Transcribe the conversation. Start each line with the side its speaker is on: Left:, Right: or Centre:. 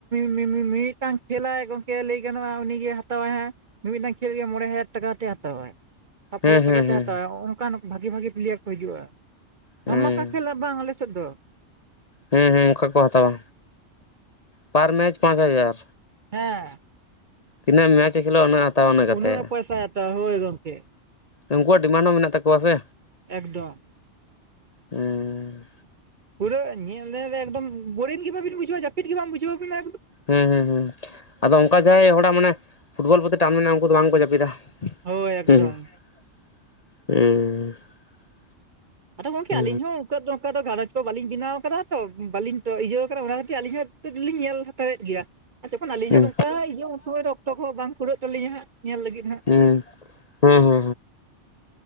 Right: ᱢᱤᱢᱤᱫᱴᱟᱝ ᱠᱷᱮᱞᱟᱭ ᱜᱚᱝᱠᱮ ᱞᱟᱹᱭ ᱜᱟᱱᱚᱜ-ᱟ ᱩᱱᱤᱜᱮ ᱦᱟᱛᱟᱣᱟᱭ ᱦᱟᱸᱜ ᱢᱤᱢᱤᱫᱟᱝ ᱠᱷᱮᱞ ᱜᱮ ᱢᱚᱬᱮ ᱦᱟᱡᱟᱨ ᱴᱟᱠᱟ ᱠᱟᱛᱮ ᱦᱟᱛᱟᱣᱟᱭ ᱥᱟᱛ
Left: ᱦᱩᱸ
Right: ᱦᱟᱡᱟᱨ ᱴᱟᱠᱟᱛᱮ
Left: ᱦᱩᱸ ᱦᱩᱸ
Right: ᱦᱟᱛᱟᱣᱟ ᱚᱱᱠᱟᱱ ᱵᱷᱟᱜᱤ ᱵᱷᱟᱜᱤ ᱯᱞᱮᱭᱟᱨ ᱠᱚ ᱦᱤᱡᱩᱜ-ᱟ
Left: ᱦᱮᱸ
Right: ᱫᱷᱟᱢᱟᱠᱟ ᱠᱷᱮᱞᱟ ᱵᱟᱝ ᱞᱮ ᱥᱮᱫ ᱫᱚ
Left: ᱦᱮᱸ ᱦᱮᱸ ᱚᱝᱠᱟ ᱠᱚ ᱦᱟᱛᱟᱣᱟ ᱯᱟᱨ ᱢᱮᱪ ᱯᱟᱸᱪ ᱦᱟᱡᱟᱨ
Right: ᱦᱮᱸ
Left: ᱛᱤᱱᱟᱹᱜ ᱢᱮᱪ ᱠᱷᱮᱞᱳᱜ-ᱟ ᱩᱱᱟᱹᱜ ᱦᱟᱛᱟᱣᱟ ᱠᱟᱛᱮ
Right: ᱩᱱᱟᱹᱜ ᱮ ᱯᱚᱭᱥᱟ ᱮ ᱦᱟᱛᱟᱣᱟ ᱦᱳᱭ ᱜᱚᱢᱠᱮ
Left: ᱩᱱᱠᱩᱣᱟᱜ ᱰᱤᱢᱟᱱᱰ ᱦᱚᱸ ᱢᱮᱱᱟᱜ ᱛᱟᱠᱚᱣᱟ ᱥᱮ
Right: ᱮᱠᱫᱚᱢ
Left: ᱩᱸᱻ
Right: ᱯᱩᱨᱟᱹ ᱧᱮᱞ ᱧᱮᱞ ᱨᱮ ᱮᱠᱫᱚᱢ ᱵᱚᱨᱤᱱ ᱜᱮ ᱵᱟᱵᱤᱱ ᱵᱩᱡᱷᱟᱹᱣᱟ ᱡᱟᱹᱯᱤᱫ ᱜᱮ ᱵᱟᱝ ᱵᱩᱡᱷᱟᱹᱣ ᱵᱤᱱᱟ ᱮᱠ
Left: ᱦᱮᱸ ᱦᱮᱸ ᱦᱮᱸ ᱟᱫᱚ ᱚᱱᱠᱟ ᱡᱟᱦᱟᱸᱭ ᱦᱚᱲᱟᱜ ᱢᱟᱱᱮ ᱯᱷᱩᱴᱵᱚᱞ ᱯᱨᱚᱛᱤ ᱴᱟᱱ ᱢᱮᱱᱟᱜ ᱩᱱᱠᱩ ᱫᱚ ᱵᱟᱝ ᱠᱚ ᱡᱟᱹᱯᱤᱫᱟ
Right: ᱦᱳᱭ ᱮᱠᱫᱚᱢ
Left: ᱦᱮᱸ <unintelligible>
Right: ᱟᱫᱚ ᱜᱚᱢᱠᱮ
Left: ᱦᱮᱸ
Right: ᱟᱹᱞᱤᱧ ᱦᱚᱸ ᱛᱚᱜᱫᱚ ᱱᱚᱝᱠᱟ ᱫᱚ ᱜᱷᱟᱨᱚᱸᱡᱽ ᱠᱚ ᱵᱟᱹᱞᱤᱧ ᱵᱮᱱᱟᱣ ᱠᱟᱫᱟ ᱛᱚ ᱵᱟᱹᱞᱤᱧ ᱤᱭᱟᱹ ᱠᱟᱱᱟ ᱚᱱᱟ ᱠᱷᱟᱹᱛᱤᱨ ᱟᱹᱞᱤᱧ ᱦᱚᱸ ᱧᱮᱞ ᱦᱟᱛᱟᱨᱮᱫ ᱜᱮᱭᱟ ᱟᱨ ᱡᱚᱠᱷᱚᱱ ᱟᱹᱞᱤᱧ
Left: ᱦᱮᱸ
Right: ᱦᱚᱸ ᱱᱚᱝᱠᱟ ᱤᱭᱟᱹ ᱩᱱᱥᱚᱢᱚᱭ ᱚᱠᱛᱚ ᱠᱚ ᱵᱟᱝ ᱠᱩᱩᱨᱟᱹᱜ ᱛᱟᱹᱞᱤᱧᱟ ᱦᱟᱜ ᱧᱮᱞ ᱞᱟᱹᱜᱤᱫ ᱦᱟᱸᱜ
Left: ᱦᱩᱸ ᱦᱮᱸ ᱦᱮᱸ